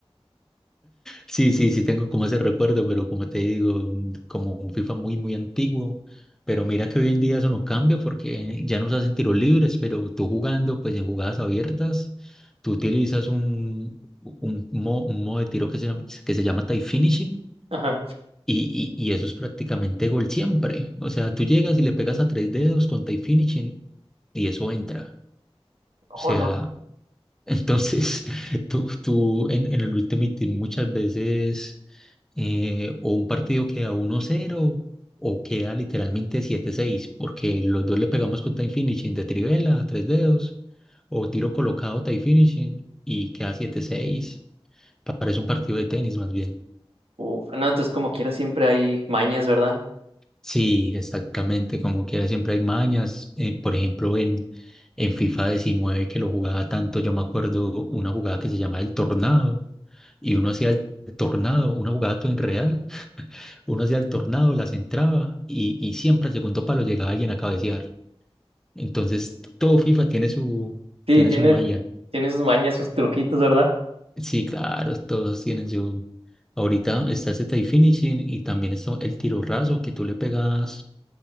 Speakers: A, in the centre; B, on the right (about 70°).
A: sí, sí, sí, tengo como ese recuerdo, pero como te digo, mm, como un FIFA muy, muy antiguo, pero mira que hoy en día eso no cambia porque ya nos hacen tiros libres, pero tú jugando, pues en jugadas abiertas, tú utilizas un, un, mo- un modo de tiro que se llama, que se llama tie finishing
B: Ajá.
A: y, y, y eso es prácticamente gol siempre, o sea, tú llegas y le pegas a tres dedos con tie finishing y eso entra, o sea...
B: Oh, no.
A: Entonces, <laughs> tú, tú en, en el Ultimate Team muchas veces eh, o un partido queda uno cero o queda literalmente siete seis porque los dos le pegamos con time finishing de Trivela, tres dedos, o tiro colocado time finishing y queda siete seis Parece un partido de tenis más bien.
B: Uf, no, entonces como quiera siempre hay mañas, ¿verdad?
A: Sí, exactamente, como quiera, siempre hay mañas. eh, por ejemplo, en, en FIFA 19 que lo jugaba tanto, yo me acuerdo una jugada que se llama El Tornado y uno hacía el tornado, una jugada todo irreal, uno hacía el tornado, las entraba y, y siempre al segundo palo llegaba alguien a cabecear. Entonces, todo FIFA tiene su,
B: Sí,
A: tiene
B: tienes,
A: su malla.
B: tienes sus mañas, sus truquitos, ¿verdad?
A: Sí, claro, todos tienen su... Ahorita está ese tie finishing y también está el tiro raso que tú le pegas,